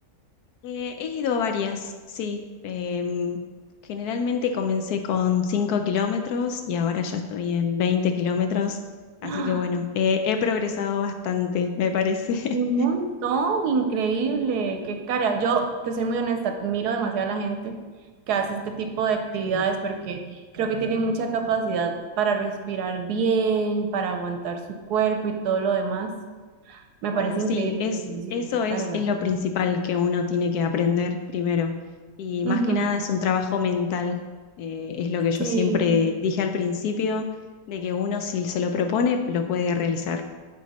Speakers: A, on the left; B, on the right.
A: Eh, he ido a varias, sí. Em, generalmente comencé con 5 kilómetros y ahora ya estoy en 20 kilómetros. Así
B: ¡Ah!
A: que bueno, eh, he progresado bastante, me parece. <laughs>
B: Un montón, increíble, qué cara. Yo te soy muy honesta, miro demasiado a la gente que hace este tipo de actividades
A: Eh,
B: porque creo que tienen mucha capacidad para respirar bien, para aguantar su cuerpo y todo lo demás. Me
A: bueno,
B: parece
A: sí,
B: increíble,
A: es,
B: te felicito,
A: eso
B: qué carga.
A: es, es lo principal que uno tiene que aprender primero. Y más
B: Ujú,
A: que nada es un trabajo mental. Eh, es lo que yo
B: Sí.
A: siempre dije al principio, de que uno si se lo propone, lo puede realizar.